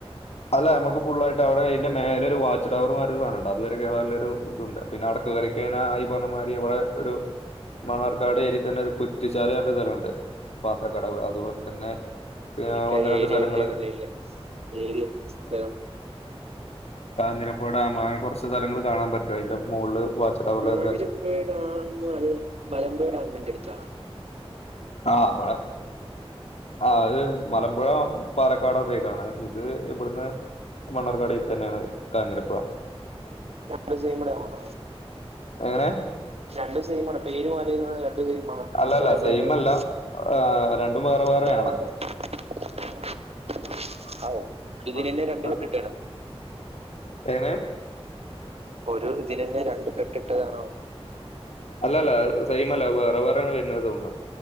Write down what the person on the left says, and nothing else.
അല്ല നമക്ക് ഫുള്ളായിട്ട് അവടെ അയ്ൻ്റെ മേലെ രു വാച്ച് ടവർമാതിരി ഒരു സാനണ്ട് അതുവരെ കേറാള്ളൊര് ഇതുണ്ട് പിന്നെ അവിടെ കേയറിക്കഴിഞ്ഞ ഈ പറഞ്ഞ മാതിരി ഇവിടെ ഒരു മണ്ണാർക്കാട് ഏരീ തന്നെ ഒരു കുറ്റിച്ചാല് ന്ന് പറഞ്ഞ സ്ഥലണ്ട് പാത്രക്കടവ് അതുപോലെ തന്നെ ഏഹ്
ഒന്ന്
രണ്ട്
സ്ഥലങ്ങള്
കാഞ്ഞിരപ്പാടെ ആ മാ കൊറച്ച് സ്ഥലങ്ങൾ കാണാൻ പറ്റും അയ്ന്റ മോള് വാച്ച് ടവറ്
ആ വടെ ആ അത് മലമ്പുഴ പാലക്കാടാസൈഡാണ് ഇത് ഇവിടുന്ന് മണ്ണാർക്കാട് തന്നെയാണ് കാഞ്ഞിരപ്പുഴ
എങ്ങനെ
അല്ലല്ല
സെയിം അല്ല. ആഹ് രണ്ടും വേറെ വേറെയാണ്.
മ
മറ്റേ
എങ്ങനെ
അല്ലല്ല സൈമല്ല വേറെ വേറാണ് വര്ണത് തോന്ന്ണ്